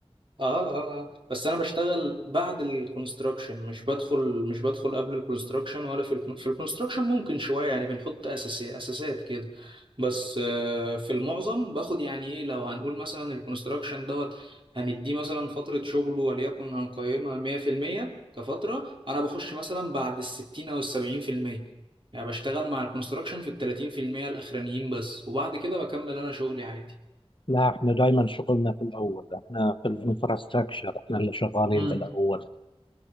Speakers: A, on the right (about 50°); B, on the left (about 50°).
A: اه اه اه بس انا بشتغل بعد الكونستراكشن مش بدخل مش بدخل قبل الكونستراكشن ولا في ال في الكونستراكشن ممكن شويه يعني بنحط اساسي اساسات كده بس آه في المعظم باخد يعني ايه لو هنقول مثلا الكونستراكشن دوت هنديه مثلا فتره شغله وليكن هنقيمها 100% كفتره انا بخش مثلا بعد ال 60 او ال 70% يعني بشتغل مع الكونستراكشن في ال 30% الاخرانيين بس وبعد كده بكمل انا شغلي عادي
B: لا احنا دائما شغلنا في الأول احنا في الانفراستراكشر احنا اللي شغالين
A: مم.
B: بالأول